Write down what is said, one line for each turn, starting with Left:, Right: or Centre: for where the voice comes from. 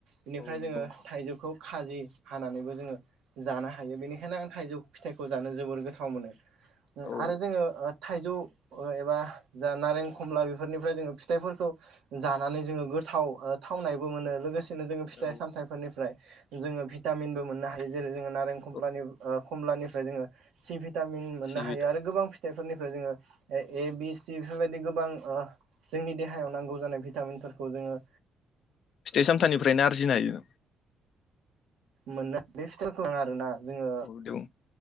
Right: बेनिफ्राय
Left: औ नंगौ
Right: जोङो
Left: नोंथां
Right: थाइजौखौ खाजि हानानैबो जोङो जानो हायो बेनिखायनो आं थाइजौ फिथाइखौ जानो जोबोर गोथाव मोनो। उम
Left: औ
Right: आरो जोङो ओ थाइजौ एबा जा नारें खमला बेफोरनिफ्राय जोङो फिथाइफोरखौ जानानै जोङो गोद थाव ओ थावनायबो मोनो लोगोसे नो जोङो फिथाइ
Left: औ
Right: सामथाइफोरनिफ्राय जोङो भिटामिनबो मोननो हायो जेरै जोङो नारें खमबलानि
Left: औ
Right: खमलानिफ्राय जोङो सि भिटामिन मोननो
Left: सिबिदा
Right: हायो आरो गोबां फिथाइफोरनि फ्राय जोङो ए बि सि बेफोरबायदि गोबां ओ जोंनि देहायाव नांगौ जानाय भिटामिनफोरखौ जोङो
Left: फिथाइ सामथनिफ्रायनो आरजिनो हायो।
Right: मोननो बे <inaudible> आरोना जोङो
Left: औ दे बुं